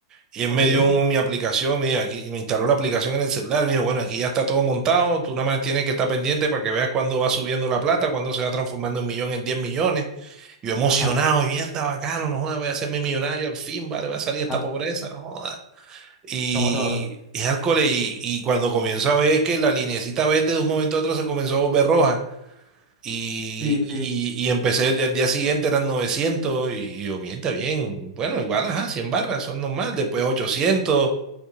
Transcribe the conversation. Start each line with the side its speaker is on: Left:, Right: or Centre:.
Right: Y él
Left: ok,
Right: me dio un- mi aplicación, mira, aquí, y me instaló la aplicación en el celular. Me dijo, bueno, aquí ya está todo montado, tú nada más tienes que estar pendiente para que veas cuándo va subiendo la plata, cuándo se va transformando en millón, en 10 millones. yo emocionado,
Left: ajá,
Right: mierda, bacano, no joda, voy a hacerme millonario, al fin, vale, voy a salir
Left: ajá,
Right: de esta pobreza, no joda. Y,
Left: como todos.
Right: y, hardcore, y, y cuando comienzo a ver que la linecita verde de un momento a otro se comenzó a volver roja. Y,
Left: Sí, sí,
Right: y, y empecé el día siguiente, eran 900 y, y yo, bien, está bien. Bueno, igual, ajá, 100 barras, son normal. Después 800